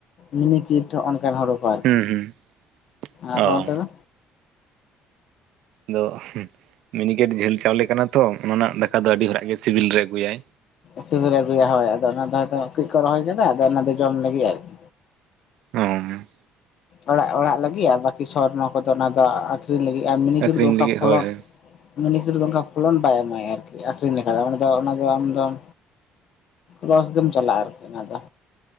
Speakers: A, on the left; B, on the right.
A: ᱢᱤᱱᱤᱠᱤᱴᱳ ᱦᱚᱸ ᱚᱱᱠᱟᱱ ᱦᱩᱲᱩ ᱠᱚᱼᱼ ᱟᱨᱠᱤ
B: ᱦᱩᱸ ᱦᱩᱸ ᱚ
A: ᱟᱨ ᱫᱚ ᱚᱱᱛᱮ ᱫᱚ?
B: ᱟᱫᱚ ᱢᱤᱱᱤᱜᱮᱴ ᱡᱷᱟᱹᱞ ᱪᱟᱣᱞᱮ ᱠᱟᱱᱟ ᱛᱚ ᱚᱱᱟ ᱨᱮᱱᱟᱜ ᱫᱟᱠᱟ ᱫᱚ ᱟᱹᱰᱤ ᱦᱚᱲᱟᱜ ᱜᱮ ᱥᱤᱵᱤᱞ ᱨᱮ ᱟᱹᱜᱩᱭᱟᱭ
A: ᱥᱤᱵᱤᱞᱮ ᱟᱹᱜᱩᱭᱟ ᱦᱳᱭ ᱟᱫᱚ ᱚᱱᱟ ᱫᱚ ᱠᱟᱹᱡ ᱠᱚ ᱨᱚᱦᱚᱭ ᱞᱮᱫᱟ ᱟᱫᱚ ᱚᱱᱟ ᱫᱚ ᱡᱚᱢ ᱞᱟᱹᱜᱤᱫ ᱟᱨᱠᱤᱼᱼ
B: ᱦᱩᱸᱻ
A: ᱚᱲᱟᱜ ᱚᱲᱟᱜ ᱞᱟᱹᱜᱤᱫ ᱟᱨ ᱵᱟᱹᱠᱤ ᱥᱚᱨᱱᱚ ᱠᱚᱫᱚ ᱚᱱᱟ ᱫᱚ ᱟᱠᱷᱨᱤᱧ ᱞᱟᱹᱜᱤᱫ ᱢᱤᱱᱤᱠᱤᱴ
B: ᱟᱹᱠᱷᱨᱤᱧ
A: ᱫᱚ ᱚᱱᱠᱟ
B: ᱞᱟᱹᱜᱤᱫ
A: ᱯᱷᱚᱞᱚᱱᱼᱼ
B: ᱦᱳᱭ ᱦᱳᱭ
A: ᱢᱤᱱᱤᱠᱤᱴ ᱫᱚ ᱚᱱᱠᱟ ᱯᱷᱚᱞᱚᱱ ᱵᱟᱭ ᱮᱢᱟᱭᱟ ᱟᱨᱠᱤ ᱟᱠᱷᱨᱤᱧ ᱞᱮᱠᱟ ᱚᱱᱟ ᱫᱚ ᱚᱱᱟ ᱫᱚ ᱟᱢ ᱫᱚᱢᱼᱼ ᱞᱚᱥ ᱜᱮᱢ ᱪᱟᱞᱟᱜᱼᱟ ᱟᱨᱠᱤ ᱚᱱᱟ ᱫᱚ